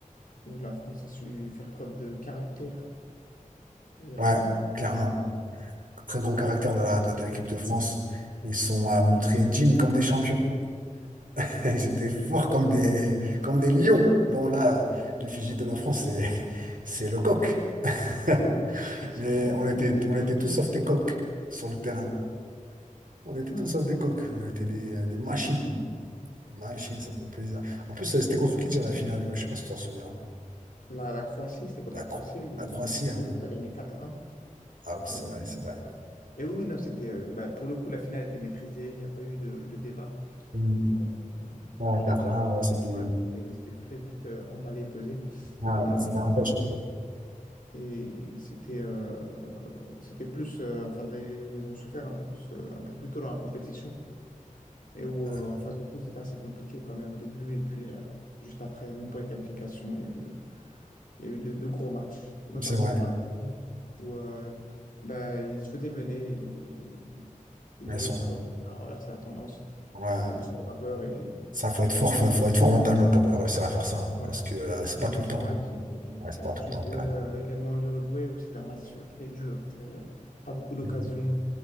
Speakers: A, on the left; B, on the right.
A: où la France a su faire preuve de caractère. Et, euh,
B: Ouais, clairement. Très gros caractère de la, de, de l'équipe de France. Ils sont à montrer Jim comme des champions. <laughs> J'étais fort comme des, comme des lions. Bon, là, les Fidji de la France, c'est, c'est le coq. <laughs>
A: Effectivement,
B: Mais on
A: ouais,
B: était,
A: c'est l'époque.
B: on était tous sauf des coqs sur le terrain. On était
A: Ouais.
B: tous sauf des coqs. On était des, des machines. Des machines, ça faisait plaisir. En plus, euh, c'était contre qui déjà la finale? Je sais pas si tu t'en souviens.
A: La, la Croatie, c'était contre
B: La,
A: la Croatie
B: Cro-
A: où
B: la Croatie,
A: donc, l'équipe
B: ah
A: de
B: oui.
A: France a gagné quatre un
B: Ah oui, c'est
A: Et, euh,
B: vrai, c'est vrai.
A: et oui, oui, non, c'était. euh, bah, pour le coup, la finale était maîtrisée, il n'y a pas eu de, de débat
B: Mm.
A: sur, euh,
B: Ouais,
A: sur
B: 4-1,
A: le
B: ouais, c'était.
A: du match. C'était c'était très vite euh, emballé, pesé.
B: ah,
A: Et,
B: ouais,
A: euh,
B: c'est davantage.
A: et c'était euh, c'était plus. euh, enfin, les- où ils ont souffert un peu plus, euh, un peu plus tôt dans la compétition. Et où euh,
B: Euh,
A: en phase de poule, c'était assez compliqué quand même au début. Et puis, euh, juste après, même pour les qualifications, il y a eu. Il y a eu de, de gros matchs, notamment
B: C'est vrai.
A: contre l'Argentine, où euh, bah, ils se faisaient mener et ils
B: Elles
A: ont
B: sont.
A: réussi à, revenir, à renverser la tendance,
B: Ouais.
A: à renverser la vapeur et
B: Ça, faut être fort, faut, faut être fort mentalement pour euh, réussir à faire ça, hein,
A: ouais,
B: parce que euh, c'est
A: gagner
B: pas tout le
A: ce
B: temps.
A: match. Et,
B: Ouais, c'est pas
A: et ensuite,
B: tout le temps.
A: il
B: t'as-
A: y a eu euh, également l'Uruguay où c'était un match euh, très dur, très, euh, pas beaucoup d'occasions.
B: Mm.